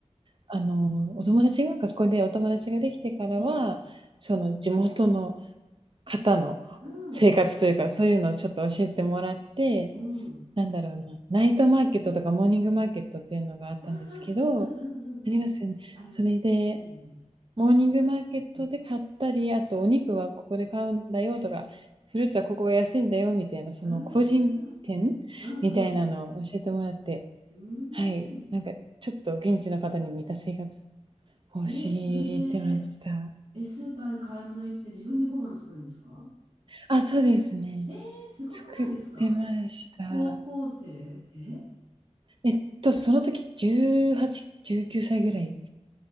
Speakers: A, on the right; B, on the right.
A: あの、お友達が学校でお友達ができてからは、
B: ええええ
A: その地元の方の生活というか、
B: うん。
A: そういうのをちょっと教えてもらって、
B: うん。
A: なんだろうな、ナイトマーケットとかモーニングマーケットっていうのがあったんですけど、
B: ああ、うんうんうんうん。
A: ありますよね。
B: ありますね。
A: それで
B: うん
A: モーニングマーケットで買ったり、あとお肉はここで買うんだよとか、フルーツはここが安いんだよみたいな、その個人店みたいなのを教えてもらって、
B: うん。ああ、うんうんうん。うーん。
A: はい、なんかちょっと現地の方に似た生活をしてました。
B: え、それで、え、スーパーで買い物行って自分でご飯作るんですか
A: あ、そうですね。
B: えー、すごくないですかえ、
A: 作ってました。
B: 高校生で
A: えっと、その時18、19歳ぐらい。